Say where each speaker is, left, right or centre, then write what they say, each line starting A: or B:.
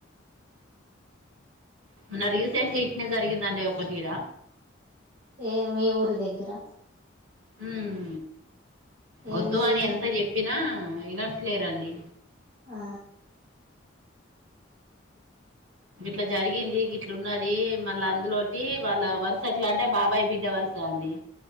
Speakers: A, on the right; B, on the right.
A: మొన్న రీసెంట్ గా ఇట్టనె జరిగిందంట ఒకటి ఈడ
B: ఏ మీ ఊరు దగ్గర
A: హుమ్ వద్దు
B: ఏం జరిగింది
A: అని ఎంత చెప్పినా ఆ వినట్లేరండి
B: ఆ
A: గిట్ల జరిగింది గిట్ల ఉన్నది మళ్ళా అందులో టి వాళ్ళ వరుస ఎట్లా అంటే బాబాయి బిడ్డ వరుస అండి